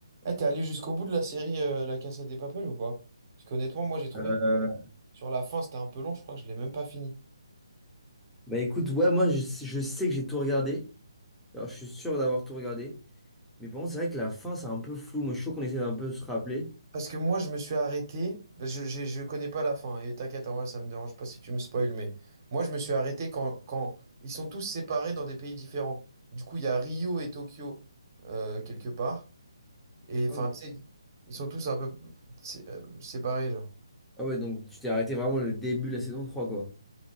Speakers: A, on the right; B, in the centre.
A: Eh, t'es allé jusqu'au bout de la série euh, La Casa des Papel ou pas? Parce qu'honnêtement, moi j'ai trouvé
B: Euh,
A: que sur la fin c'était un peu long, je crois que je l'ai même pas fini.
B: Bah écoute, ouais, moi je, je sais que j'ai tout regardé. Alors je suis sûr d'avoir tout regardé. Mais par contre, c'est vrai que la fin, c'est un peu flou. Moi, je suis chaud qu'on essaie d'un peu se rappeler.
A: Parce que moi je me suis arrêté, bah, je, j'ai- je connais pas la fin, hein, et t'inquiète, en vrai ça me dérange pas si tu me spoil, mais moi je me suis arrêté quand, quand ils sont tous séparés dans des pays différents. Du coup, il y a Rio et Tokyo euh, quelque part, et enfin
B: Ah oui.
A: tu sais, ils sont tous un peu sé- euh, séparés, genre.
B: Ah ouais, donc tu t'es arrêté vraiment le début de la saison 3, quoi.